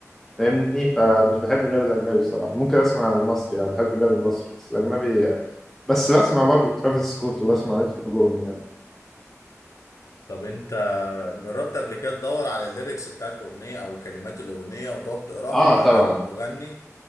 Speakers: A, in the centre; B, on the left.
A: فاهمني فمش بحب الراب الأجنبي بصراحة ممكن أسمع المصري يعني بحب الراب المصري بس الأجنبي بس بسمع برضو ترافيس سكوت وبسمع مترو بومين يعني
B: طب انت جربت قبل كده تدور على الليركس بتاعت اغنية او كلمات الاغنية وتقعد تقراها
A: اه
B: مع
A: طبعا
B: المغني